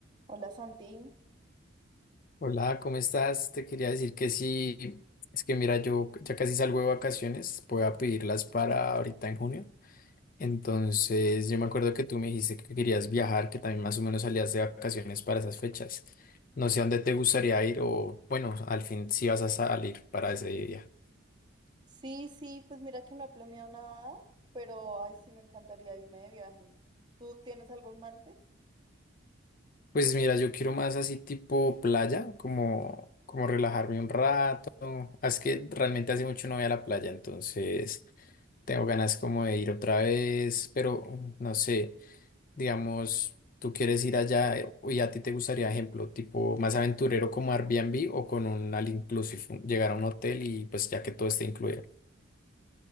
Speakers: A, on the right; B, on the left.
A: Hola Santi.
B: Hola, ¿cómo estás? Te quería decir que sí, es que mira, yo ya casi salgo de vacaciones, voy a pedirlas para ahorita en junio. Entonces, yo me acuerdo que tú me dijiste que querías viajar, que también más o menos salías de vacaciones para esas fechas. No sé a dónde te gustaría ir o, bueno, al fin si vas a salir para ese día.
A: Sí, sí, pues mira que no he planeado nada, pero ay, sí me encantaría irme de viaje. ¿Tú tienes algo en mente?
B: Pues mira, yo quiero más así tipo playa, como, como relajarme un rato. Ah, Es que realmente hace mucho no voy a la playa, entonces... Tengo ganas como de ir otra vez, pero mm, no sé, digamos, tú quieres ir allá eh, y a ti te gustaría, ejemplo, tipo más aventurero como Airbnb o con un all inclusive, un- llegar a un hotel y pues ya que todo esté incluido.